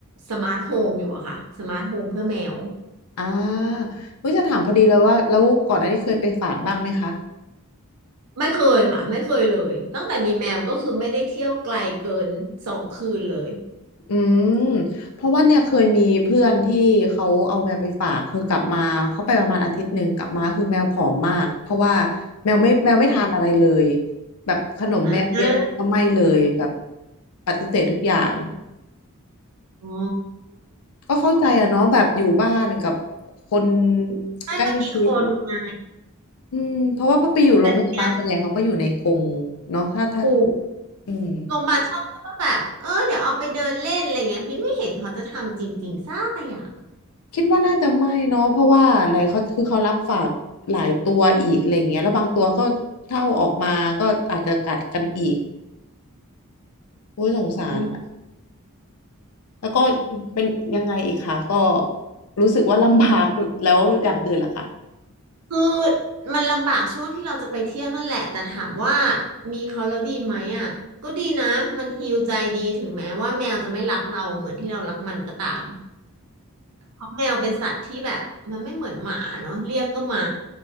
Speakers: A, on the right (about 85°); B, on the left (about 75°).
A: สมาร์ทโฮมอยู่อะค่ะสมาร์ทโฮมเพื่อแมว
B: อ่าวิจะถามพอดีเลยว่าแล้วก่อนหน้านี้เคยไปฝากบ้างไหมคะ
A: ไม่เคยค่ะไม่เคยเลยตั้งแต่มีแมวก็คือไม่ได้เที่ยวไกลเกินสองคืนเลย
B: อืมเพราะว่าเนี่ยเคยมีเพื่อนที่เขาเอาแมวไปฝากคือกลับมาเขาไปประมาณอาทิตย์หนึ่งกลับมาคือแมวผอมมากเพราะว่าแมวไม่แมวไม่ทานอะไรเลย
A: <laughs>
B: แบบขนมแมวเลียนก็ไม่เลยแบบ
A: อ่า
B: ปฏิเสธทุกอย่าง
A: อ๋อ
B: ก็เข้าใจอะเนาะแบบอยู่บ้านกับคน
A: ให้มันมีคนไง
B: ใกล้ชิดอืมเพราะว่าพอไปอยู่โรงพยาบาลส่วนใหญ่เขาก็อยู่ในกรง
A: แต่ทีเนี้ย
B: เนาะถ้าถ้า
A: ถูก
B: อืม
A: โรงพยาบาลชอบพูดว่าแบบเออเดี๋ยวเอาไปเดินเล่นอะไรเงี้ยบิ๊มไม่เห็นเขาจะทำจริงๆสักอย่าง
B: คิดว่าน่าจะไม่เนาะเพราะว่าไหนเขาคือเขารับฝากหลายตัวอีกอะไรอย่างเงี้ยแล้วบางตัวก็ถ้าเอาออกมาก็อาจจะกัดกันอีกโอ้ยสงสารอะ
A: อืม
B: แล้วก็เป็นยังไงอีกคะก็รู้สึกว่าลำบากแล้วอย่างอื่นล่ะคะ
A: คือมันลำบากช่วงที่เราจะไปเที่ยวนั่นแหละแต่ถามว่ามีเขาแล้วดีไหมอ่ะก็ดีนะมันฮีลใจดีถึงแม้ว่าแมวจะไม่รักเราเหมือนที่เรารักมันก็ตามเพราะแมวเป็นสัตว์ที่แบบมันไม่เหมือนหมาเนาะเรียกก็มา